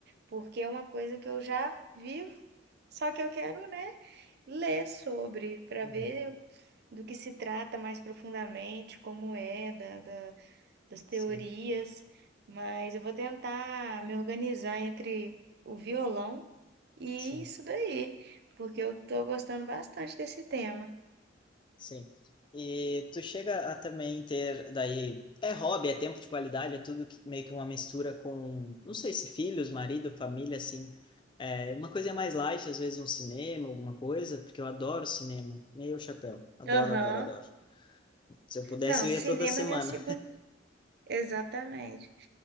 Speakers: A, on the right; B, on the left.
A: porque é uma coisa que eu já vivo, só que eu quero, né, ler sobre, para
B: Uhum.
A: ver do que se trata mais profundamente, como é, da da. das teorias,
B: Sim,
A: mas eu vou tentar me organizar entre o violão e
B: sim.
A: isso daí, porque eu estou gostando bastante desse tema.
B: Sim. E tu chega a também ter, daí, é hobby, é tempo de qualidade, é tudo que, meio que uma mistura com, não sei se filhos, marido, família, assim. É, uma coisa mais light, às vezes um cinema, alguma coisa, porque eu adoro cinema, meio chapéu. Adoro,
A: Aham.
B: adoro, adoro. Se eu pudesse,
A: Não,
B: eu
A: cinema
B: ia toda semana.
A: é minha segunda. Exatamente.